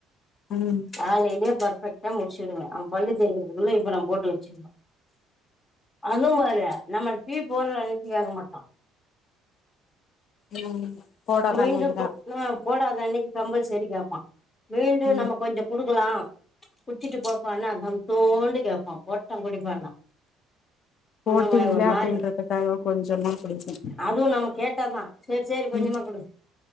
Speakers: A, on the left; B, on the left.
A: ம்
B: காலையிலேயே பர்ஃபெக்டா முடிச்சுடுவே அவ பல்லு தேக்கறதுக்குள்ள இப்ப நம் போட்டு வச்சிர்னு அதும் பாரு நம்ம டீ போர்ர அன்னக்கி கேக்க மாட்டா
A: ம் போடாத
B: மீண்டும்
A: அன்னைக்குதா
B: போ ஆ போடாத அன்னக்கி கம்பல்சரி கேப்பா மீண்டு
A: ம்
B: நம்ம கொஞ்சொ குடுக்கலா குச்சிட்டு போப்பான்னா தம்தோண்டு கேப்பா போட்டா குடிப்பேனா
A: போட்டீங்களே
B: அந்த மாதிரி ஒரு மாரி
A: அப்டின்றதுக்காக கொஞ்சமா குடிப்பே
B: அதுவு நம்ம கேட்டா தா செரி செரி கொஞ்சமா
A: ம்
B: குடு